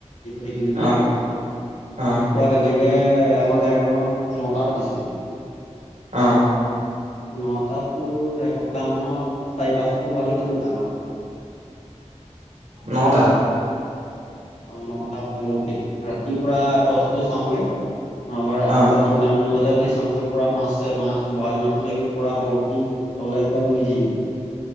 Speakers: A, on the left (about 75°); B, on the right (about 80°).
A: ভেকুলীটো
B: অ'! অ'!
A: পুৰা তেনেকে আমাৰ জেগাকনত নটা পাতিছিলোঁ।
B: অ'!
A: নটাত তোৰ, এসপ্তাহ মানত, চাৰি পাঁচ মান বোৱালি খালোঁ ডাঙৰ।
B: ন টাত।
A: অ'! নটা বৰশীত ৰাতি পুৰা টৰ্চ লৈ চাওঁগে। আমাৰ ৰাতিপুৱা
B: অ',
A: তিনটা মান বজাত উঠি চাওঁগে পুৰা মাছে, মাছ। বৰালি মাছটো লাগি পৰা বৰশী তলে একদম নি থাকিব।